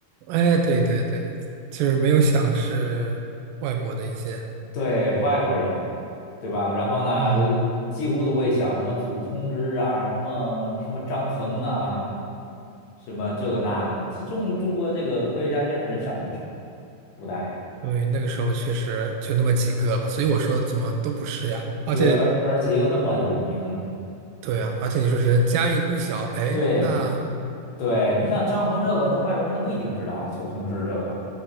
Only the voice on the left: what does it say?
对，外国人，对吧？然后呢，
几乎都会想什么祖冲之啊，什么什么张衡啊，什么这个那个的。其实中中国这个科学家其实很少很少，古代，
对，而而且又那么有名，
对
对，你像张衡这个，那外国人他不一定知道啊，祖冲之这个，